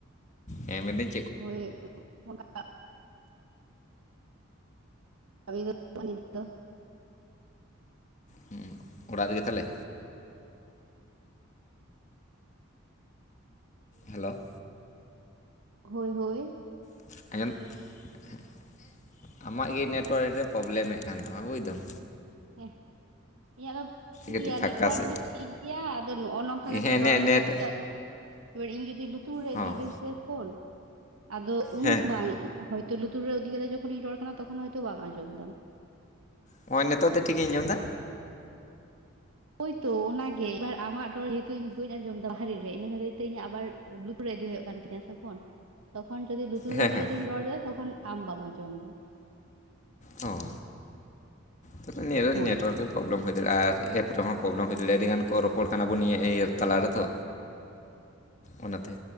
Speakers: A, on the left (about 35°); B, on the right (about 80°).
A: ᱮ ᱢᱮᱱ ᱫᱟᱹᱧ
B: ᱦᱚᱭ <unintelligible> ᱟᱢᱤ ᱫᱚ <unintelligible> ᱫᱚ
A: ᱦᱩᱸ ᱚᱲᱟᱜ ᱨᱮᱜᱮ ᱛᱟᱦᱟᱞᱮ? ᱦᱮᱞᱚ
B: ᱦᱚᱭ ᱦᱚᱭ᱾
A: <unintelligible> ᱟᱢᱟᱜ ᱜᱮ ᱱᱮᱴᱚᱣᱟᱨᱠ ᱨᱮ ᱯᱨᱚᱵᱞᱮᱢᱮᱫ ᱠᱟᱱ ᱛᱟᱢᱟ ᱵᱩᱡᱽᱫᱟᱢ᱾
B: ᱦᱮᱸ᱾ ᱤᱧᱟᱹᱜ ᱫᱚ ᱴᱷᱤᱠ
A: ᱠᱟᱹᱴᱤᱡ
B: ᱜᱮᱭᱟ
A: ᱯᱷᱟᱸᱠᱟ
B: ᱱᱮᱴᱚᱣᱟᱨᱠ
A: ᱥᱮᱫ
B: ᱫᱚ ᱴᱷᱤᱠ ᱜᱮᱭᱟ, ᱟᱫᱚ ᱱᱚᱜᱼᱚ ᱱᱚᱝᱠᱟ ᱠᱟᱛᱮ
A: ᱦᱮᱸ
B: ᱨᱚᱲ
A: ᱱᱮ
B: ᱞᱮᱠᱷᱟᱡ
A: ᱱᱮᱴ
B: <inaudible> ᱮᱵᱟᱨ ᱤᱧ ᱡᱩᱫᱤ ᱞᱩᱛᱩᱨ ᱨᱮ
A: ᱦᱚᱸ
B: ᱤᱫᱤᱭᱮᱫᱟᱹᱧ ᱥᱮ ᱯᱷᱳᱱ, ᱟᱫᱚ ᱩᱱ
A: ᱦᱮᱸ
B: <inaudible> ᱦᱚᱭᱛᱚᱞᱩᱛᱩᱨ ᱨᱮ ᱤᱫᱤ ᱠᱟᱛᱮ ᱡᱚᱠᱷᱚᱱᱤᱧ ᱨᱚᱲ ᱠᱟᱱᱟ ᱛᱚᱠᱷᱚᱱ ᱦᱚᱭᱛᱚ ᱵᱟᱝ ᱟᱸᱡᱚᱢ ᱫᱟᱢ᱾
A: ᱦᱚᱸᱜᱼᱚᱭ ᱱᱤᱛᱚᱜ ᱫᱚ ᱴᱷᱤᱠ ᱜᱤᱧ ᱟᱸᱡᱚᱢᱫᱟ᱾
B: ᱦᱳᱭᱛᱳ ᱚᱱᱟ ᱜᱮ ᱮᱵᱟᱨ ᱟᱢᱟᱜ ᱨᱚᱲ ᱡᱮᱦᱮᱛᱩ ᱤᱧ ᱵᱟᱹᱧ ᱟᱸᱡᱚᱢ <inaudible> ᱨᱮ, ᱤᱱᱟᱹ ᱠᱷᱟᱹᱛᱤᱨ ᱛᱮ ᱤᱧ ᱟᱵᱟᱨ ᱞᱩᱛᱩᱨ ᱨᱮ ᱤᱫᱤ ᱦᱩᱭᱩᱜ ᱠᱟᱱ ᱛᱤᱧᱟᱹ ᱥᱮ ᱯᱷᱚᱱ, ᱛᱚᱠᱷᱚᱱ ᱡᱚᱫᱤ ᱞᱩᱛᱩᱨ
A: ᱦᱮᱸ
B: ᱨᱮ ᱤᱫᱤ
A: ᱦᱮᱸ
B: ᱠᱟᱛᱮᱧ ᱨᱚᱲ ᱮᱫᱟ ᱛᱚᱠᱷᱚᱱ ᱟᱢ ᱵᱟᱢ ᱟᱸᱡᱚᱢᱫᱟ,
A: ᱦᱚᱸ ᱛᱚᱵᱮ ᱱᱤᱭᱟᱹ ᱫᱚ
B: ᱦᱳᱭ᱾
A: ᱱᱮᱴᱣᱟᱨᱠ ᱜᱮ ᱯᱨᱚᱵᱞᱮᱢ ᱦᱩᱭ ᱫᱟᱲᱮᱭᱟᱜᱼᱟ ᱟᱨ ᱮᱯ ᱨᱮᱦᱚᱸ ᱯᱨᱚᱵᱞᱮᱢ ᱦᱩᱭ ᱫᱟᱲᱮᱭᱟᱜᱼᱟ ᱟᱹᱰᱤᱜᱟᱱ ᱠᱚ ᱨᱚᱯᱚᱲ ᱠᱟᱱᱟ ᱵᱚᱱ ᱱᱤᱭᱟᱹ ᱤᱭᱟᱹ ᱛᱟᱞᱟᱨ ᱨᱮ ᱛᱚ᱾ ᱚᱱᱟ ᱛᱮ᱾